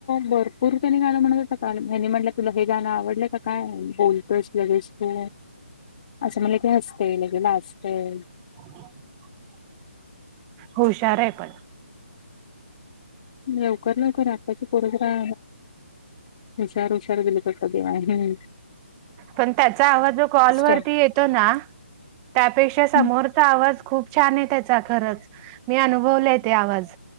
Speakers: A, on the left; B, on the right.
A: बर पूरतनी गाण म्हणत हनी म्हटलं तुला हे गाणं आवडलं काय बोलतोस लगेच तू असं म्हटलं की हसते लगे लागतंय
B: <unintelligible> हुशार आहे पण
A: लवकर लवकर आताचे पोरं जरा हुशार हुशार दिले तर देवाण हम
B: पण त्याचा आवाज जो कॉलवररती
A: आहे
B: येतो ना त्यापेक्षा समोरचा
A: हम्म
B: आवाज खूप छान आहे त्याचा खरंच मी अनुभवले तेे आवाज